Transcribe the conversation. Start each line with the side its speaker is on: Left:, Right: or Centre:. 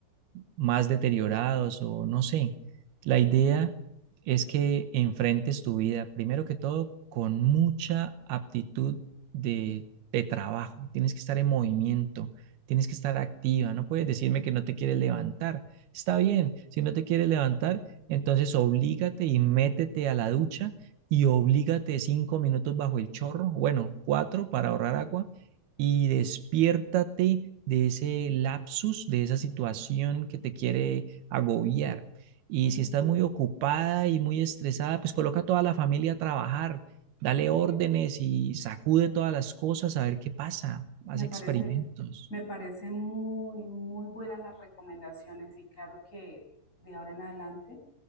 Right: más deteriorados o no sé. La idea es que enfrentes tu vida, primero que todo, con mucha aptitud de, de trabajo. Tienes que estar en movimiento, tienes que estar activa, no puedes decirme que no te quieres levantar. Está bien, si no te quieres levantar, entonces oblígate y métete a la ducha y oblígate cinco minutos bajo el chorro, bueno, cuatro para ahorrar agua y despiértate de ese lapsus, de esa situación que te quiere agobiar. Y
Left: Mm,
Right: si estás muy ocupada y muy estresada, pues coloca a toda la familia a trabajar, dale
Left: está
Right: órdenes
Left: bien.
Right: y sacude todas las cosas a ver qué pasa, haz
Left: Me
Right: experimentos.
Left: parece, me parece muy, muy buenas las recomendaciones y claro que de ahora en adelante